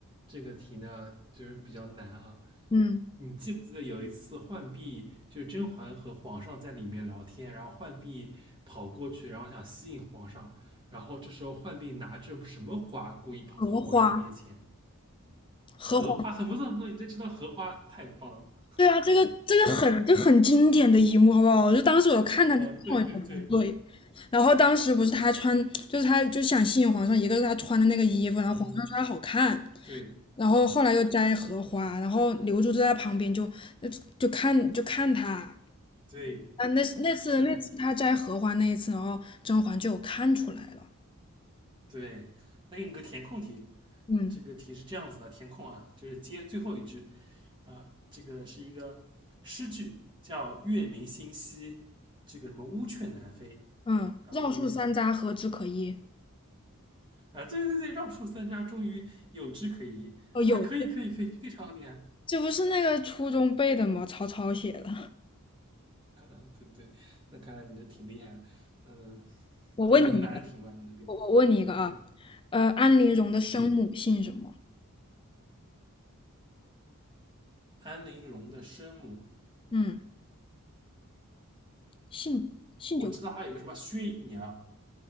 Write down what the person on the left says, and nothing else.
嗯
荷花。荷花，
对啊，这个这个很这很经典的一幕，
好不好？就当时我看他那我也觉得不对，
然后当时不是他穿，就是他就想吸引皇上，一个是他穿的那个衣服，然后皇上说他好看，
然后后来又摘荷花，然后刘珠就在旁边就就看就看他啊，
那那次那次他摘荷花那一次，
然后甄嬛就有看出来了，
嗯
嗯，
绕树三匝何枝可依？
哦，有，
这不是那个初中背的吗？曹操写的，
我问你。
我我问你一个啊，
呃，安陵容的生母姓什么？
嗯，姓姓就